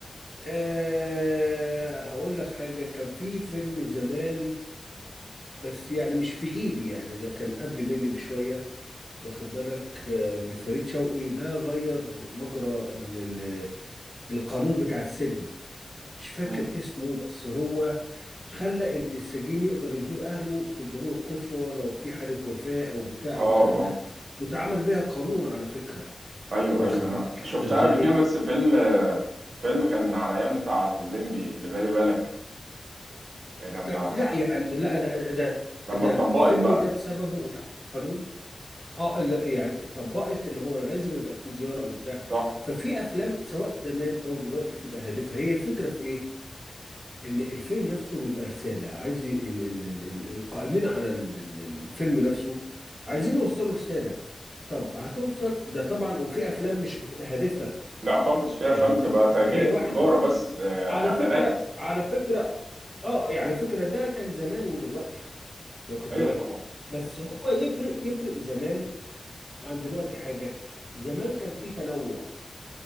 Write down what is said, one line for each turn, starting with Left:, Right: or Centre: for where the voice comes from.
Left: آه هقول لك حاجه كان في فيلم زمان بس يعني مش في جيلي يعني ده كان قبل مني بشويه واخد بالك آه لفريد شوقي ده غير مجرى ال- ال- القانون بتاع السجن مش فاكر
Right: مم.
Left: اسمه بس هو خلى ان السجين يقدر يزور اهله في الضروره القصوى لو في حاله وفاه او بتاع
Right: آه
Left: او الكلام ده
Right: آه
Left: واتعمل بيها قانون على فكره
Right: أيوه
Left: واخد
Right: أيوه أنا
Left: بالك
Right: شفتها
Left: انت ازاي
Right: قبل كده بس فيلم فيلم كان على أيام بتاع الليمبي اللي بالي بالك إيه، لما
Left: لا لا، يعني لا انا أنا- ده
Right: لما
Left: ده
Right: اتطبقت
Left: الفيلم
Right: بقى
Left: ده بسببه اتعمل قانون اه لا يعني اتطبقت ان هو لازم يبقى في زياره او بتاع
Right: صح؟
Left: ففي افلام سواء زمان او دلوقتي بتبقى هادفه هي الفكره في ايه ان الفيلم نفسه بيبقى رساله عايز ي- ال ال ال ال القائمين على ال- ال- ال- الفيلم نفسه عايزين
Right: مم.
Left: يوصلوا رساله طب هتوصل ده طبعا وفي افلام مش بتبقى هادفه
Right: لا خالص في
Left: يعني
Right: أفلام
Left: بتبقى
Right: بتبقى تج-
Left: تجاريه بحته
Right: تجارة بس آه،
Left: على
Right: إعلانات
Left: فكره على فكره اه يعني على فكره ده كان زمان ودلوقتي انت واخد
Right: أيوه
Left: بالك
Right: طبعا
Left: بس هو يفرق يفرق زمان عن دلوقتي حاجه زمان كان في تنوع